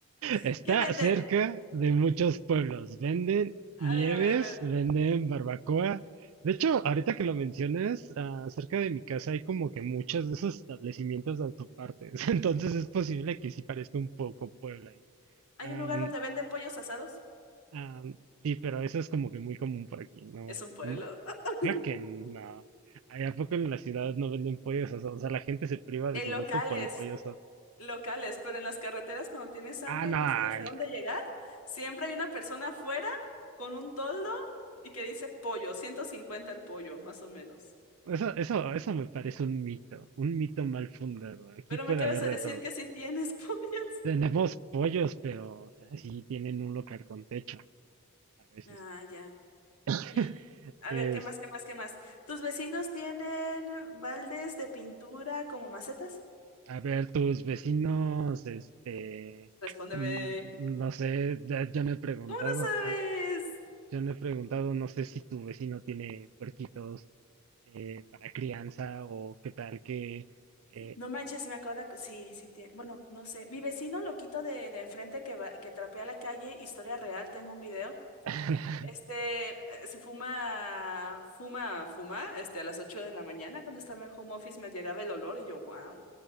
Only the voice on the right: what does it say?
Está
cerca de muchos pueblos, venden
nieves,
venden barbacoa. De hecho, ahorita que lo mencionas, ah, cerca de mi casa hay como que muchos de esos establecimientos de autopartes. <laughs> Entonces es posible que sí parezca un poco Puebla ahí.
Am,
am, sí, pero eso es como que muy común por aquí. No,
n-
creo que no. Allá ¿a poco en la ciudad no venden pollos asados? O sea, la gente se priva de
su
gusto por el pollo asado.
Ah, no.
no.
Eso, eso, eso me parece un mito, un mito mal fundado. Aquí
puede
haber
de
todo.
Tenemos pollos, pero o sea, sí tienen un local con techo a veces.
<laughs>
Es,
a ver, tus vecinos, este,
mm, no sé, ya- yo no he preguntado,
ah, yo no he preguntado, no sé si tu vecino tiene puerquitos eh, para crianza o qué tal que, eh,
<laughs>